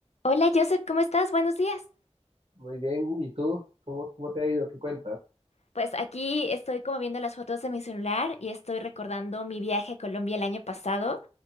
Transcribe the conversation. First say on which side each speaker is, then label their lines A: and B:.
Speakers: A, on the left; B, on the right.
A: Hola Joseph, ¿cómo estás? Buenos días.
B: Muy bien, ¿y tú? ¿Cómo, cómo te ha ido? ¿Qué cuentas?
A: Pues aquí estoy como viendo las fotos de mi celular y estoy recordando mi viaje a Colombia el año pasado,